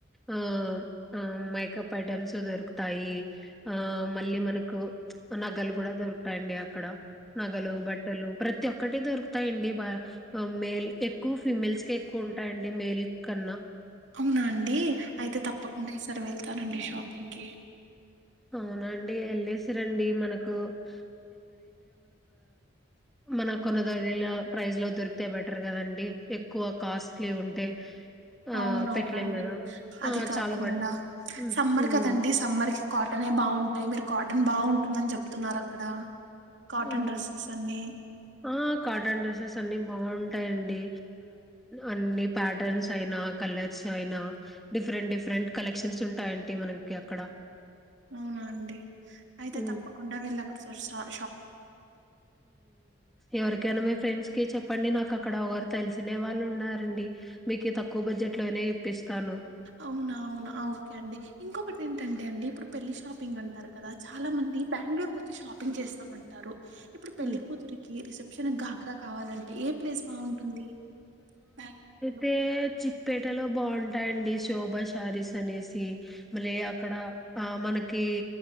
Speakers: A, in the centre; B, on the right.
A: ఆ ఆ మేకప్ ఐటెమ్స్ దొరుకుతాయి ఆ మళ్ళీ మనకు నగలు కూడా దొరుకుతాయండి అక్కడ నగలు బట్టలు ప్రతి ఒక్కటి దొరుకుతాయిడి బా మేల్ ఎక్కువ ఫీమేల్స్ క ఎక్కువ ఉంటాయండి మేల్ కన్నా
B: అవునా అండి అయితే తప్పకుండా ఈసారి వెళ్తానండి షాపింగ్ కి
A: అవునండి వెళ్సిరండి మనకు హ మన కొనదగిన ప్రైజ్ లో దొరికితే బెటర్ కదండి ఎక్కువ కాస్ట్లీ ఉంటే ఆ
B: అవునవునండి
A: పెట్టలేం కదా
B: అది
A: ఆ
B: కాకుండా
A: చాలా బట్టర్ హ్మ్
B: సమ్మర్
A: హ్మ్
B: కదండి సమ్మర్ కి కాటన్ బాగు ఉంటాయి మీరు కాటన్ బాగుంటుందని చెప్తున్నారుార అక్కడ కాటన్
A: హ్మ్
B: డ్రెస్సెస్ అన్నిీ
A: ఆ కాార్టన్ డెసస్ని అన్ని బాగుంటాయిడి అన్ని ప్యాటర్న్స్ అయినా కలర్స్ అయినా డిఫరెంట్ డిఫరెంట్ కలెక్షన్స్ ఉంటాయి అంటడి మనకి క అక్కడ
B: అవునా అండి అయితే
A: హ్మ్
B: తప్పకుండా వెళ్ళ అక్కడ చ వర్
A: ఎవరికైనా మీ ఫ్రెండ్స్ కి చెప్పండి నాకు అక్కడ ఒకరు తెలిసిన వాళ్ళు ఉ రంండి మీకు తక్కువ బడ్జెట్ లోనే ఇప్పిస్తాను
B: అవునా అవునా ఆ, ఓకే అండి ఇంకొకటి ఏంటంటే అండి ఇప్పుడు పెళ్లి షాపింగ్ అంటారు కదా చాలా మంది బెంగళూరుచ్చ షాపింగ్ చేస్తా ఉంటారు ఇప్పుడు పెళ్ళ
A: హ్మ్
B: కూతురికి రసెప్ గాఘ్రా కావాలంటే ఏ ప్లేస్ బాగుంటుంది బ
A: తే చిక్పేటలో బాగుం టయండి శోభ శారీస్ అనేసి మళ్ళీ అక్కడ ఆ మనకి